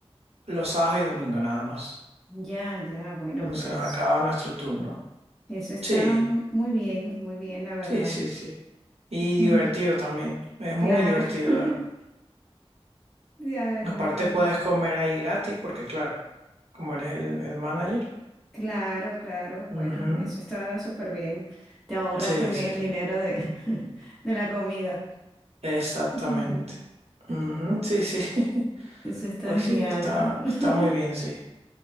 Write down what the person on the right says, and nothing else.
los sábados y domingos nada más.
Cuando
se
nos acaba nuestro turno.
Sí,
sí, sí, sí. Y
divertido también. Es muy
divertido.
Aparte
puedes comer ahí gratis porque, claro, como eres el, el manager.
Ujú.
Sí,
sí,
exactamente.
Ujú, Sí, sí. <laughs>
Pues
sí, está,
está muy bien, sí.